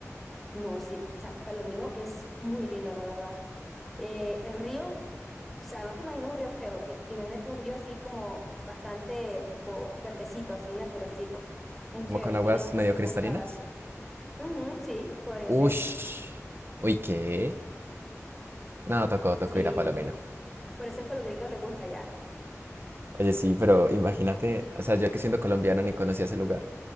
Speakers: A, in the centre; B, on the right (about 45°).
A: No, sí, o sea, Palomino es muy lindo, la verdad. Eh, el río, o sea, no te imaginas un río feo, te imaginas un río así como bastante tipo verdecito, así naturalcito. Muy chévere,
B: ¿Como con aguas
A: tiene bastante
B: medio cristalinas?
A: cascadas. Ujú, sí, podría
B: Ush.
A: ser.
B: Uy, ¿qué? No, tocó, tocó
A: Sí,
B: ir a Palomino.
A: por eso es que a los gringos les gusta allá.
B: Oye, sí, pero imagínate, o sea, yo que siendo colombiano ni conocía ese lugar.